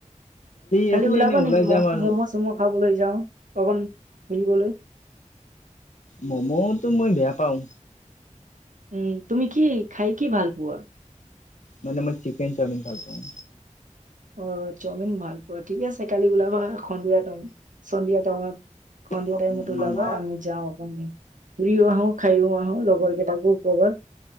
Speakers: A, on the right (about 80°); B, on the left (about 70°).
A: কালি
B: এইফালে
A: ওলাবা
B: এনে ওলাই
A: নেকি ম
B: যাম আৰু
A: ম'ম' চম' খাবলৈ যাওঁ অকণ ফুৰিবলৈ?
B: মম'তো মই বেয়া পাওঁ।
A: উম, তুমি কি খাই কি ভাল পোৱা?
B: মানে মই চিকেন চামিন ভাল পাওঁ।
A: অ', চাওমিন ভাল অ', ঠিক আছে কালি ওলাবা সন্ধিয়া টাইম সন্ধিয়া টাইমত সন্ধিয়া
B: উম
A: টাইমত। ত'
B: উম
A: ওলাবা আমি যাওঁ আপ ফুৰিও আহো খাইও আহো লগৰ কেইটাকো ক'বা।